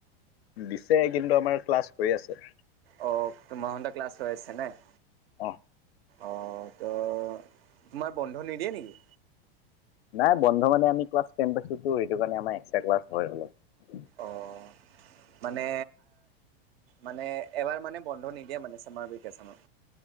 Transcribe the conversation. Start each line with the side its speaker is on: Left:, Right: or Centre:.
Left: দিছে কিন্তু আমাৰ ক্লাছ হৈ আছে
Right: অঁহ গৰম বন্ধ ক্লাছ হৈ আছেনেই
Left: অহ
Right: অহ ত তোমাৰ বন্ধ নিদিয়ে নেকি
Left: নাই বন্ধ মানে আমি ক্লাছ টেন পাইছো টো সেইটো কাৰণে আমাৰ এক্স ক্লাছ হয় অলপ
Right: অঁহ মানে মানে এবাৰ মানে বন্ধ নিদিয়ে মানে চামাৰ বিকে চামত